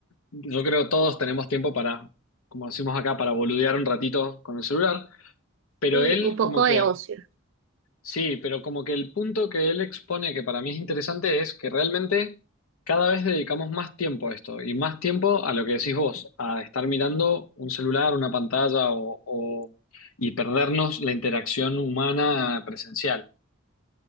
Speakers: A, on the left (about 80°); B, on the right (about 60°).
A: yo creo todos tenemos tiempo para, como decimos acá, para boludear un ratito con el celular, pero
B: Sí,
A: él
B: un poco
A: como que
B: de ocio.
A: Sí, pero como que el punto que él expone que para mí es interesante es que realmente cada vez dedicamos más tiempo a esto y más tiempo a lo que decís vos, a estar mirando un celular, una pantalla o, o- y perdernos la interacción humana presencial.